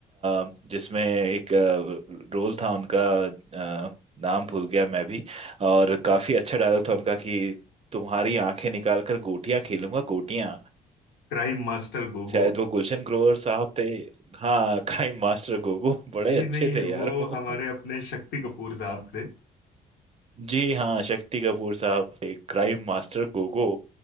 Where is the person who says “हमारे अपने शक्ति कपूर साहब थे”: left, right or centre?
Left